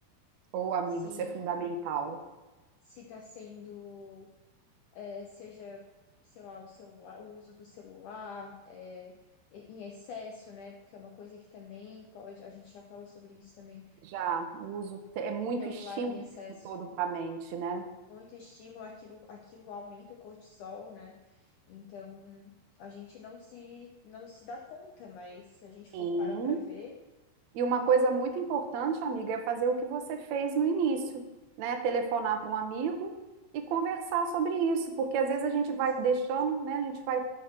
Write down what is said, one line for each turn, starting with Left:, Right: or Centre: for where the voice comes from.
Right: Ou, amigo,
Left: Se,
Right: isso é fundamental.
Left: se está sendo eh, seja, sei lá, o celular, o uso do celular, eh, em em excesso, né? Porque é uma coisa que também pode, a gente já falou sobre isso também,
Right: Já o uso te- é muito
Left: celular
Right: estímulo
Left: em excesso,
Right: o tempo todo para a mente, né?
Left: muito estímulo, aquilo, aquilo aumenta o cortisol, né? Então, a gente não se, não se dá conta, mas se a gente
Right: Sim.
Left: for parar para ver,
Right: E uma coisa muito importante, amiga, é fazer o que você fez no início, né? Telefonar para um amigo e conversar sobre isso, porque às vezes
Left: conversar,
Right: a gente vai deixando, né? A gente vai,